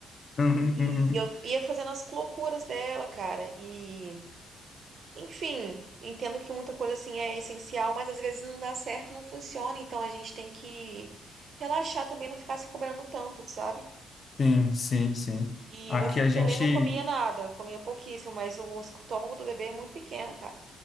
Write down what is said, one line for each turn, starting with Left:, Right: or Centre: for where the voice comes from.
Left: Uhum,
Right: E
Left: uhum.
Right: eu ia fazendo as loucuras dela, cara, e Enfim, entendo que muita coisa assim é essencial, mas às vezes não dá certo, não funciona, então a gente tem que relaxar também, não ficar se cobrando tanto, sabe?
Left: Sim, sim, sim.
Right: E
Left: Aqui
Right: meu filho
Left: a gente.
Right: também não comia nada, comia pouquíssimo, mas o estômago do bebê é muito pequeno, cara.